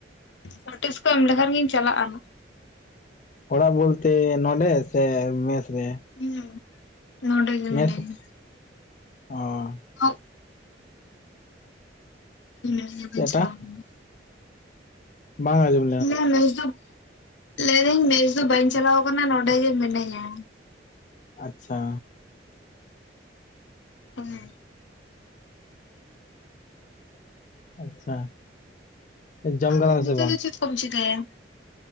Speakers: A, on the left; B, on the left.
A: ᱱᱳᱴᱤᱥ ᱠᱚ ᱮᱢ ᱞᱮᱠᱷᱟᱱ ᱜᱤᱧ ᱪᱟᱞᱟᱜᱼᱟ ᱱᱟᱜ
B: ᱚᱲᱟᱜ ᱵᱚᱞᱛᱮ ᱱᱚᱰᱮ ᱥᱮ ᱢᱮᱥ ᱨᱮ?
A: ᱤᱭᱟᱹ ᱱᱚᱰᱮ ᱜᱮ
B: ᱢᱮᱥ
A: ᱢᱤᱱᱟᱹ ᱧᱟ
B: ᱚ
A: ᱟᱨ <inaudible>
B: ᱪᱮᱫᱴᱟ ᱵᱟᱝ ᱟᱡᱚᱢᱚᱜ
A: ᱤᱭᱟᱹ ᱢᱮᱥ ᱫᱚ ᱞᱟᱹᱭ ᱫᱟᱹᱧ ᱢᱮᱥ ᱫᱚ ᱵᱟᱹᱧ ᱪᱟᱞᱟᱣ ᱟᱠᱟᱱᱟ ᱱᱚᱰᱮ ᱜᱮ ᱢᱤᱱᱟᱹᱧᱟ
B: ᱟᱪᱪᱷᱟ
A: ᱦᱮ
B: ᱟᱪᱪᱷᱟ ᱡᱚᱢ
A: ᱟᱫᱚ
B: ᱠᱟᱫᱟᱢ
A: ᱱᱤᱛᱚᱜ
B: ᱥᱮ ᱵᱟᱝ
A: ᱫᱚ ᱪᱮᱫ ᱠᱚᱢ ᱪᱤᱠᱟᱭᱟ?